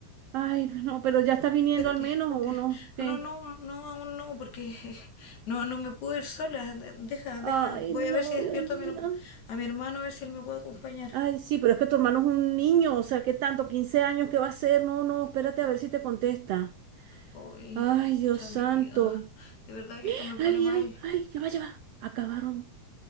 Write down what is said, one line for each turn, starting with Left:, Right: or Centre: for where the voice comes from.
Right: Ay, no, pero ya está viniendo
Left: Espérate,
Right: al menos,
Left: espérate.
Right: ¿o no? ¿Qué?
Left: No, no, no, no, aún no, porque <laughs> eh, no, no me puedo ir sola. De- Deja,
Right: Ay,
Left: deja. Voy
Right: no,
Left: a ver si despierto
Right: Dios mío.
Left: a mi, herma- a mi hermano, a ver si él me puede acompañar.
Right: Ay, sí, pero es que tu hermano es un niño, o sea, ¿qué tanto? quince años? ¿Qué va a hacer? No, no, espérate a ver si te contesta.
Left: Uy,
Right: Ay, Dios
Left: mucha
Right: santo.
Left: amiga, de verdad que esto me pone
Right: Ay,
Left: mal.
Right: ay, ay, ya va, ya va. Acabaron.